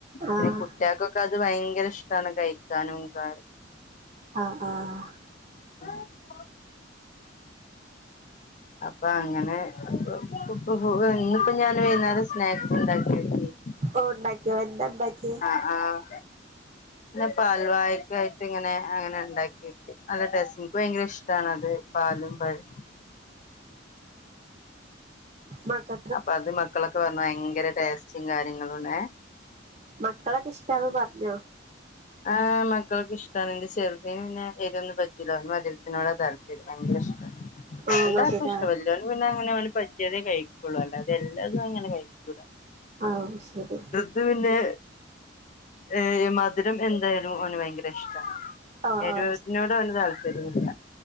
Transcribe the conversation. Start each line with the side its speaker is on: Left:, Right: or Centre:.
Left: പിന്നെ
Right: ആഹ്
Left: കുട്ടിയക്ക്. ക്കത് ഭയങ്കര ഇഷ്ട്ടാണ് കഴിക്കാനും കാ
Right: ആഹ്, ആഹ്.
Left: <unintelligible> അപ്പ അങ്ങനെ അപ്പൊ. ഇപ്പൊ ഇന്നിപ്പോ ഞാന് വൈകുന്നേരം സ്നാക്സ് ഇണ്ടാക്കി വെക്കും.
Right: ഓ ഒണ്ടാക്കിയോ എന്താണ്ടാക്കിയേ?
Left: ആഹ് ഇന്നിപ്പ അൽവായ്ക്കായിട്ട് ഇങ്ങനെ അങ്ങനെ ഇണ്ടാക്കി. നല്ല ടേസ്റ്റ് എനിക്ക് ഭയങ്കര ഇഷ്ട്ടാണ് അത് പാലും പഴോ
Right: മക്ക
Left: അപ്പൊ അത് മക്കളൊക്കെ പറഞ്ഞു ഭയങ്കര ടേസ്റ്റും കാര്യങ്ങളുംണേ.
Right: മക്കളൊക്കെ ഇഷ്ടാന്ന് പറഞ്ഞോ?
Left: ആ മക്കൾക്ക് ഇഷ്ട്ടാണ് എന്റെ ചെറുതിന് പിന്നെ എരിയൊന്നും പറ്റൂല. മധുരത്തിനോട തര ഭയങ്കര ഇഷ്ട.
Right: ഓ
Left: രണ്ടാക്കും
Right: മധുരാ
Left: ഇഷ്ട വല്ല്യവന് പിന്നെ അങ്ങനെ അവന് പറ്റിയതേ കഴിക്കുള്ളൂ അല്ലാതെ എല്ലാതും അങ്ങനെ കഴിക്കൂല.
Right: ആഹ് അത് ശെരി.
Left: അത് പിന്നെ ഏ മധുരള്ള എന്തായാലും ഓന് ഭയങ്കര ഇഷ്ട്ടാ.
Right: ഓ
Left: എരിവുള്ളതിനോട്
Right: ഓ
Left: വലിയ താല്പര്യമില്ല